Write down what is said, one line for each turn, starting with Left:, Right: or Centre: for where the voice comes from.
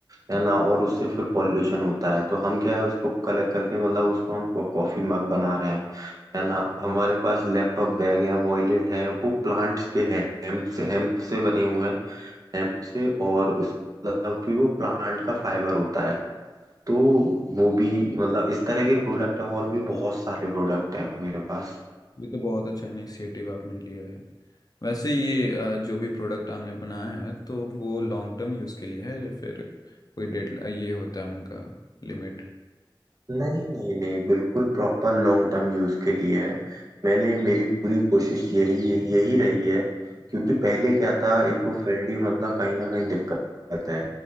Right: है
Left: लॉन्ग
Right: ना और उससे फिर पॉल्यूशन होता है तो हम क्या है उसको कलेक्ट करके मतलब उसको हम कॉफी मग बना रहे हैं है ना हमारे पास लैपटॉप बैग है वॉयलेट है वो प्लांट्स के हेम्प से हेम्प से बने हुए हैं hemp से और उस मतलब कि वो प्लांट का फाइबर होता है तो वो भी मतलब इस तरह के प्रोडक्ट हैं और भी बहुत सारे प्रोडक्ट हैं मेरे पास
Left: ये तो बहुत अच्छा इनिशिएटिव आपने लिया है वैसे ये अ, जो भी प्रोडक्ट आपने बनाया है तो वो लॉन्ग टर्म यूज़ के लिए है या फिर कोई डेट ये होता है उनका लिमिट
Right: नहीं नहीं नहीं बिल्कुल प्रॉपर लॉन्ग टर्म यूज के लिए है मैंने मेरी पूरी कोशिश यही यही रही है
Left: हाँ,
Right: क्योंकि पहले क्या था इको फ्रेंडली मतलब कहीं ना कहीं दिक्कत है